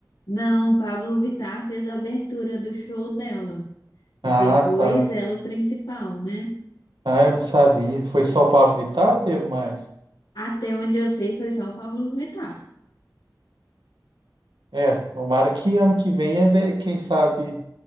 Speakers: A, on the left; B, on the right.
A: Não, o Pablo Vittar fez a abertura do show dela.
B: Ah,
A: E depois
B: tá.
A: ela é o principal, né?
B: Ah, eu não sabia. Foi só o Pablo Vittar ou teve mais?
A: Até onde eu sei foi só o Pablo Vittar.
B: É, tomara que ano que vem, é ver- quem sabe,